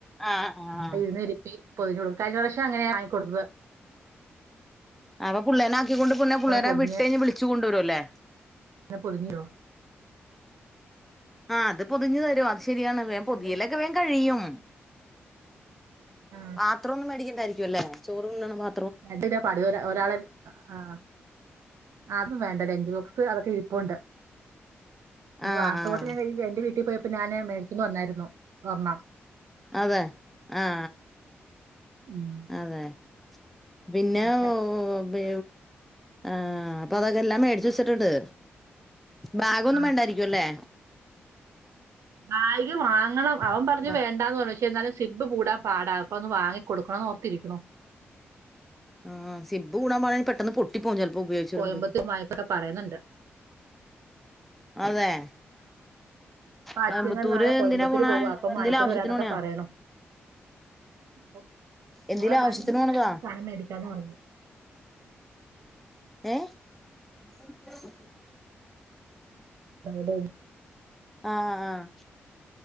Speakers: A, in the centre; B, on the right.
A: ആ ആ
B: ഇരുന്നരിപ്പിൽ പൊതിഞ്‌ കഴഞ്ഞ വർഷം അങ്ങനെയ <inaudible>
A: അ പിള്ളേനെ ആക്കിക്കൊണ്ട് പിന്നെ പിള്ളേരെ
B: പൊതിഞ്ഞ്
A: വിട്ട് കഴിഞ്ഞ് വിളിച്ചു കൊണ്ടു വരുല്ലേ
B: പൊതിഞ്ഞിടോ
A: ആഹ് അത് പൊതിഞ്ഞു തരുവാ ശരിയാണ് വേം
B: വേറെന്നാ
A: പൊതിയലൊക്കെ വേം കഴിയും
B: ആ
A: പാത്രൊന്നും കഴുക്കിണ്ടായി ക്കുയല്ലെ ചോറുണ്ണണം പാ
B: രണ്ടിലോ പടുവല ഒരാളെ ആ അതും വേണ്ട ലെൻജ്ബോക്സ് അതൊക്കെ ഇരിപ്പൊണ്ട് പിന്നെ
A: ആഹ്
B: വാട്ടർബോട്ടില്
A: ആഹ്
B: ഞാന് കഴുക്കികാ എന്റെ വീട്ടി പോയപ്പോ ഞാന് മേ ക്കും വന്നായിരുന്നു ഒറ്ണ്ണം
A: അതെ ആ ആ
B: ഉം
A: അതെ പിന്നെ
B: ഇതൊക്കെ
A: ഓ ഓ ബി ആഹ് അപ്പൊ അതൊക്കെല്ലാം മേടിച്ച് വെച്ചിട്ടുണ്ട് ബാഗൊന്നും
B: ആ
A: വേണ്ടായിരിക്കുവല്ലേ
B: കായ് വാങ്ങണം ആ അവൻ പറഞ്ഞു
A: ബാ
B: വേണ്ടാന്നു പ്രശ് <unintelligible> എന്നാലും സിബ് കൂടാ പാടാ അപ്പൊന്ന് വാങ്ങി കൊടുക്കണോ ഓർത്തിരിക്ക്ണു
A: ആ സിബ് കൂടാൻ പാടാണെ പെട്ടെന്ന് പൊട്ടി പോവും ചെല്പ്പോ ഉപയോഗിച്ചെരാമതിയാവും
B: കോയമ്പത്തൂർ മായക്കൊക്കെ പറയുന്നുണ്ട്
A: അതെ കോയമ്പത്തൂര്
B: അച്ചങ്ങള് നാളെ കോയമ്പത്തൂര്
A: എന്തിനാ പോണേ
B: പോവാ അപ്പൊ
A: എന്തേലും
B: വാങ്ങിക്കൊണ്ട്
A: ആവശ്യത്തിന്
B: വരാന്നൊക്കെ
A: പോണയാ
B: പറയണു അപ്പം
A: എന്തേലും
B: ഓലെ
A: ആവശ്യത്തിന്
B: വണ്ടിടെ
A: പോണതാ
B: ന്തോ സാനം മേടിക്കാന്ന് പറഞ്ഞു
A: ഏഹ്‌ <unintelligible>
B: അവിടേം
A: ആഹ് ആഹ